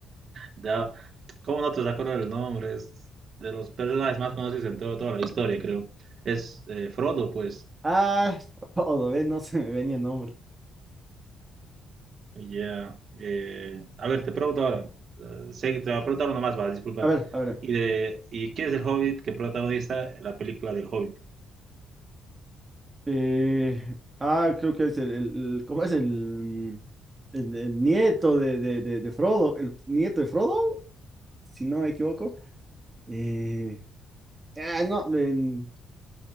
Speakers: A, on the right; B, on the right.
A: Ya, ¿cómo no te vas a acordar el nombre? Es de los personajes más conocidos en todo- toda la historia, creo. Es eh, Frodo, pues.
B: Ah, <laughs> todo, ¿ves? No se me venía el nombre.
A: Ya. eh, a ver, te pregunto ahora. Eh, sé que te va a preguntar uno más, va, disculpa.
B: A ver, a ver.
A: ¿Y, de, ¿Y quién es el Hobbit que protagoniza la película del Hobbit?
B: eh, ah, creo que es el, el- el- ¿cómo es el, el, el nieto de, de, de, de Frodo? El nieto de Frodo, si no me equivoco. Eh, ah, no, en-